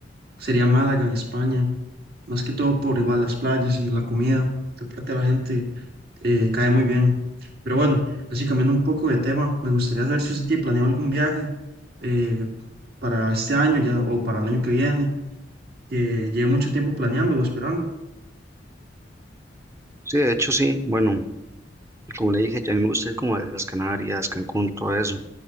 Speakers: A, on the right (about 55°); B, on the right (about 15°).
A: sería Málaga en España, más que todo por igual las playas y la comida, que aparte la gente eh, cae muy bien. Pero bueno, así cambiando un poco de tema, me gustaría saber si usted tiene planeado algún viaje eh, para este año ya o para el año que viene, que lleve mucho tiempo planeando o esperando.
B: Sí, de hecho sí, bueno, como le dije, ya a mí me gusta ir como a las Canarias, Cancún, todo eso.